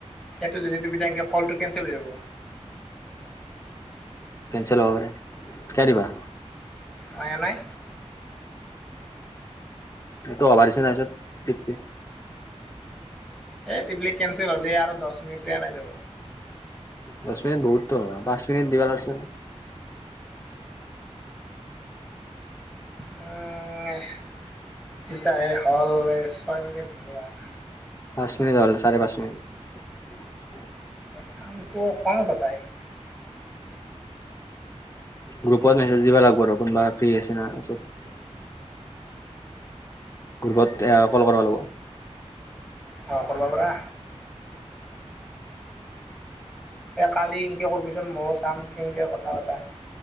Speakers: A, in the centre; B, on the left (about 25°).
A: এইটো যদি তুমি তেনকে কলটো কেঞ্চেল হৈ যাব।
B: কেনচেল হ'ব পাৰে, শিকাই দিবা।
A: অ' এ নাই।
B: এইটো অবাৰিছে নাইচত <unintelligible>
A: এ সেইবিলাক কেনচেল হ'লে আৰু দচ মিনিটে নাই <unintelligible>
B: দছ মিনিট বহুত দেখোন, পাঁচ মিনিট দিব লাগছে।
A: <unintelligible> <unintelligible> হ'ল এ ছয় মিনিট হ'ব আৰু।
B: পাঁচ মিনিট হ'ল চাৰে পাঁচ মিনিট।
A: <unintelligible>
B: <inaudible> গ্ৰুপত মেছেজ দিবা লাগিব ৰ কোনোবা ফ্ৰী আছে না তাৰপিছত গ্ৰুপত এ কল কৰবা লাগব।
A: অ' কৰবা পাৰা। এ কালি ইনকে কৰবিচোন ময়ো চাম কেনকে কথা পাতা।